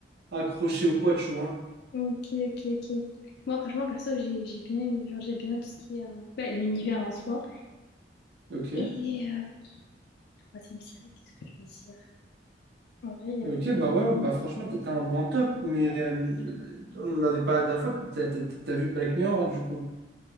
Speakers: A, on the right; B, on the left.
A: accroché ou quoi, tu vois.
B: Ok, ok, ok. Moi, franchement, perso, j'ai j'ai bien aimé. Genre, j'ai bien tout ce qui est euh, bah, l'univers en soi.
A: Ok.
B: Et euh, Troisième série, qu'est-ce que je vais dire? En vrai, il y
A: Ok,
B: en
A: bah ouais, bah franchement, t'as t'as un bon top, mais euh, on en avait parlé la dernière fois, t'as t'as- t'as vu Black Mirror, du coup.